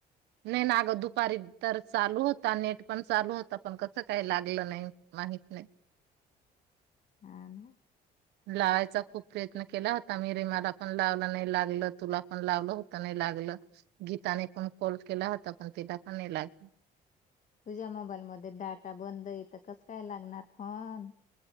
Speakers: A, on the right (about 80°); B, on the left (about 45°).
A: नाही ना अगं दुपारी तर चालू होता नेट पण चालू होता पण कस काही लागलं नाही माहित नाही
B: हा ना
A: लावायचा खूप प्रयत्न केला होता मी रेमाला पण लावला नाही लागलं तुला पण लावलं होत नाही लागल गीताने पण कॉल केला होता पण तिला पण नाही लागल
B: तुझ्या मोबाईलमध्ये डाटा बंद येत कस काय लागणार फान